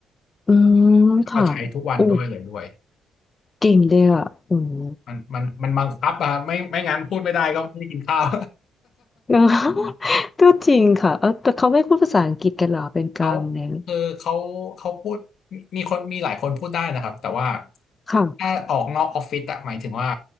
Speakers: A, on the left; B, on the left.
A: อืมค่ะ
B: ก็ใช้ทุกวันด้วยเลยด้วย
A: โอ้เก่งเลยอ่ะอืม
B: มันมันมันบังคับอะไม่ไม่งั้นพูดไม่ได้ก็ไม่ได้กินข้าว
A: <laughs> เออ <laughs> ก็จริงค่ะเออแต่เขาไม่พูดภาษาอังกฤษกันเหรอเป็นกลางเนี่ย
B: เขาคือเขาเขาพูดมีมีคนมีหลายคนพูดได้นะครับแต่ว่า
A: ค่ะ
B: ถ้าออกนอกออฟฟิศอะหมายถึงว่า